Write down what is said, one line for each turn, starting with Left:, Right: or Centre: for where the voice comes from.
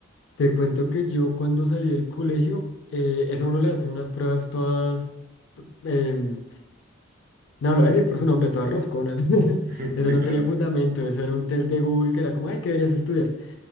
Left: te cuento que yo cuando salí del colegio, eh, eso a uno le hacen unas pruebas todas. em, No, lo voy a decir por su nombre, todas rosconas. <laughs>
Right: <laughs>
Left: Eso
Right: Sí,
Left: no
Right: claro.
Left: tenía fundamento, eso era un test de Google que era como, ay, ¿qué deberías estudiar?